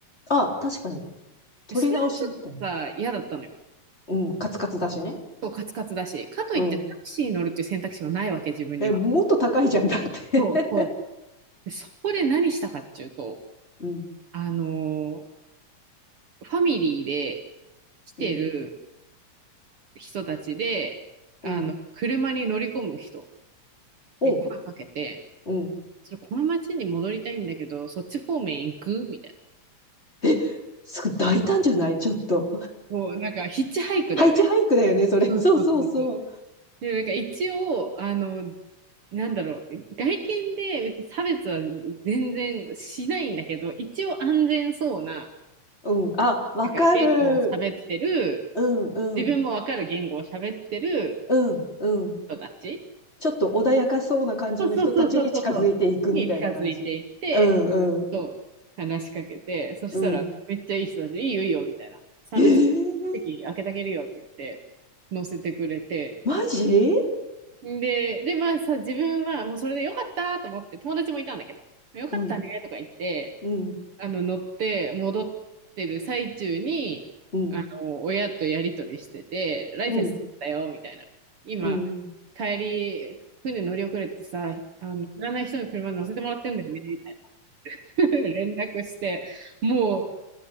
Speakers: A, on the left; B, on the right.
A: あ、確かに。取り直しみたいな。
B: それもちょっとさ、嫌だったのよ。
A: うん、カツカツだしね。
B: そう、カツカツだし、かといってタクシーに乗るっていう選択肢はないわけ、
A: うん。
B: 自分には。
A: え、もっと高いじゃんだって。
B: そうそう
A: <laughs>
B: でそこで何したかっていうと、
A: うん、
B: あのーファミリーで来てる
A: うん、
B: 人たちで、
A: うん、
B: あの、車に乗り込む人
A: うん、
B: に声かけて、
A: うん。
B: それこの町に戻りたいんだけど、そっち方面行くみたい
A: え、すぐ大胆じゃないちょっと。
B: な。もうなんかヒッチハイクだよね。
A: ハイチハイクだよね、それ。
B: そう。
A: <laughs> そうそうそう。
B: そうそうそうでもなんか一応、あの、なんだろう、外見で別に差別は全然しないんだけど、一応安全そうな、
A: うん。あ、わかる。
B: なんか言語を喋ってる、
A: うん、うん、
B: 自分もわかる言語を喋ってる
A: うん、うん。
B: 人たち、
A: ちょっと穏やかそうな感じの人たちに近づいていくみたいな感じ。
B: そうそうそうそうそう、そうに近づいていって、
A: うん、うん、
B: そう話しかけて、そしたらめっちゃいい人たちで、
A: うん。
B: いいよいいよみたいな、3列目
A: えー、
B: 席開けてあげるよって言って、乗せてくれて、
A: マジ
B: で、で、まあさ、自分はもうそれでよかったと思って、友達もいたんだけど、よかったねとか言って、
A: うん、うん、
B: あの、乗って戻ってる最中に、
A: うん、
B: あの、親とやりとりしてて、ライセンス取ったよ、
A: うん、
B: みたいな。今、
A: うん、
B: 帰り、船乗り遅れてさ、あの、知らない人の車に乗せてもらってんだよね、みたいな。<laughs> 連絡して、もう